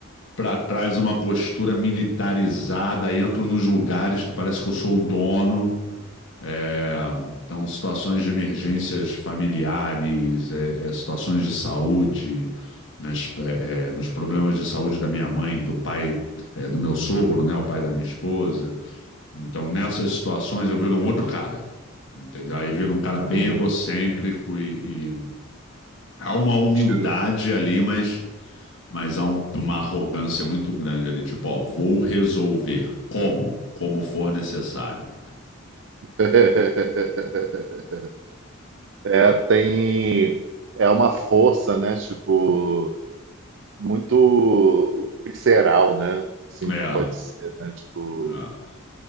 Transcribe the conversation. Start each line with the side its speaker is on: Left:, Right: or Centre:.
Left: para trás uma postura militarizada, entro nos lugares que parece que eu sou o dono. É, então, situações de emergências familiares, é, é, situações de saúde, nas- é, é, nos problemas de saúde da minha mãe, do pai, é, do meu sogro, né, o pai da minha esposa. Então, nessas situações, eu viro um outro cara, entendeu? Aí viro um cara
Right: hum,
Left: bem egocêntrico e, e há uma humildade
Right: tiro.
Left: ali, mas mas há um- uma arrogância muito grande ali, tipo, ó, vou resolver. Como? Como for necessário.
Right: <laughs> É, tem. É uma força, né? Tipo, muito visceral, né? Assim
Left: É,
Right: que pode ser, né? Tipo,
Left: é.